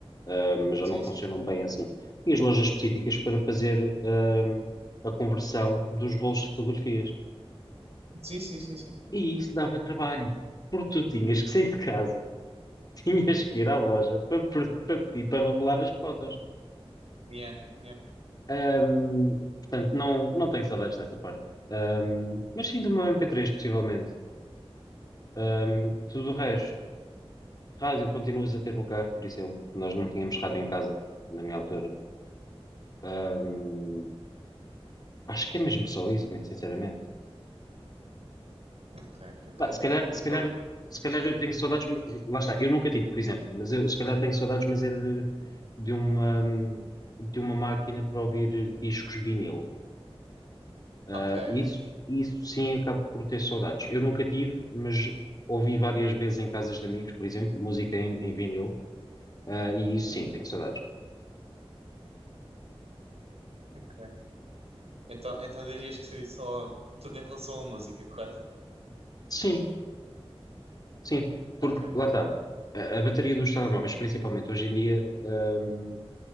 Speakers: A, on the left (about 40°); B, on the right (about 85°).
A: uh, mas já
B: Sim,
A: não funcionam bem assim. Tinhas lojas específicas para fazer, um, a conversão dos rolos de fotografias.
B: sim, sim, sim, sim. sim.
A: E isso dava trabalho, porque tu tinhas que sair de casa, <laughs> tinhas que ir à loja para, per- para pedir para revelar as fotos.
B: Yeah, yeah.
A: Um, portanto, não, não tenho saudades dessa parte. Um, mas sim do meu MP3, possivelmente. Um, tudo o resto. Rádio continuas a ter no carro, por exemplo. Nós não tínhamos rádio em casa, na minha altura. Ahm, acho que é mesmo só isso, muito sinceramente.
B: Ok, ok.
A: Pá, se calhar, se
B: Então,
A: calhar, se calhar eu tenho saudades, mas- lá está, eu nunca tive, por exemplo, mas eu se calhar tenho saudades, mas é de, de uma, de uma máquina para ouvir discos vinil. Ah,
B: ok.
A: isso, isso sim, acabo por ter saudades. Eu nunca tive, mas ouvi várias vezes em casas de amigos, por exemplo, música em, em vinil. Ah, e isso
B: Uhum,
A: sim, tenho saudades.
B: ok. Então, então dirias que seria só tudo em relação à música, correto?
A: Sim, Sim, porque
B: Ok,
A: lá está, a, a bateria dos telemóveis, principalmente hoje em dia, hum,